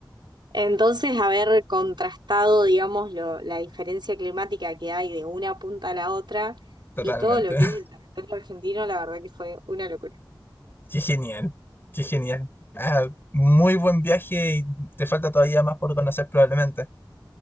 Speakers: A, on the right; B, on the left.
A: Entonces, haber contrastado, digamos, lo- la diferencia climática que hay de una punta a la otra
B: Totalmente.
A: y todo lo
B: <laughs>
A: que es el territorio argentino, la verdad que fue una locura.
B: Qué genial. Qué genial. Ah, muy buen viaje y te falta todavía más por conocer probablemente.